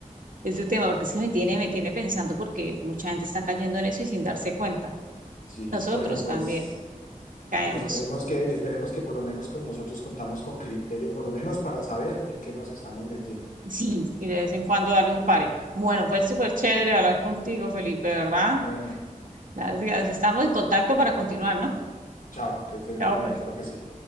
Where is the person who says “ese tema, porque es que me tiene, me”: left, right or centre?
Right